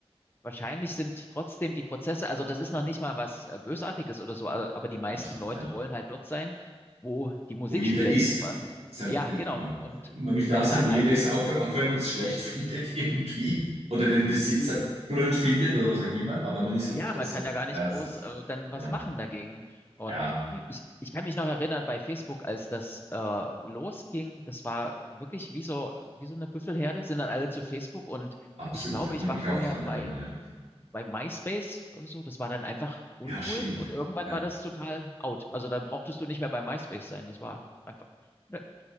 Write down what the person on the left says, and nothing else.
wahrscheinlich sind trotzdem die Prozesse, also das ist noch nicht mal was äh, Bösartiges oder so, a- aber die meisten
Leute
wollen halt dort sein, wo die Musik
spielt,
quasi.
Ja,
genau. Und
wenn
da ein
<laughs>
Ja,
man kann ja gar nicht
groß
äh, dann
was machen dagegen. Und
ich, ich kann mich noch erinnern, bei Facebook, als das äh, losging, das war wirklich wie so, wie so eine Büffelherde, sind dann alle zu Facebook und
ich glaube,
ich
war
vorher
bei,
bei MySpace oder so. Das war dann einfach uncool
und irgendwann
war das total out. Also dann brauchtest du nicht mehr bei MySpace sein. Das war einfach, ne,